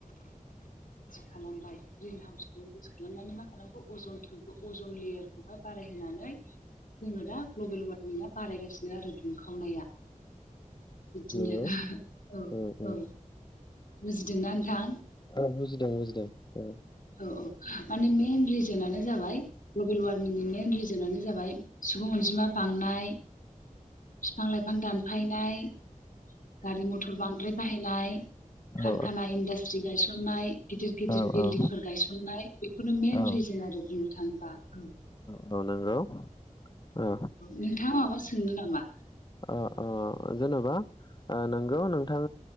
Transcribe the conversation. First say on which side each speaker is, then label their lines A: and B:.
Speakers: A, on the left; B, on the left.
A: खालामबाय ग्रिन हाउसखौ बेस्ट खालामनानै माखा लाम अजनबो अजन लेयारखौहाय बारायहोनानै जोङो दा ग्लबेल वारमिंआ बारायगासिनो आरो दुंखावनाया बिदिनो
B: नंगौ
A: औ
B: उम उम
A: औ बुजिदोंना नोंथां।
B: औ बुजिदों बुजिदों औ
A: औ औ माने मइेन रिजोनानो जाबाय ग्लबेल वारमिंनि मइेन रिजोनानो जाबाय सुबुं अनजिमा बांनाय बिफां-लाइफां दानफायनाय गारि मथर बांद्राय बाहायनाय।
B: औ
A: कारखाना इन्डास्ट्रि गायसननाय गिदिर गिदिर
B: औ औ
A: बिल्डिंफोर गायसननाय बेखौनो मेन
B: औ
A: रिजोन आरो बुंनो थाङोबा। औ
B: औ नंगौ औ
A: नोंथाङा माबा सोंनो नामा
B: अ अ जेन'बा नंगौ नोंथां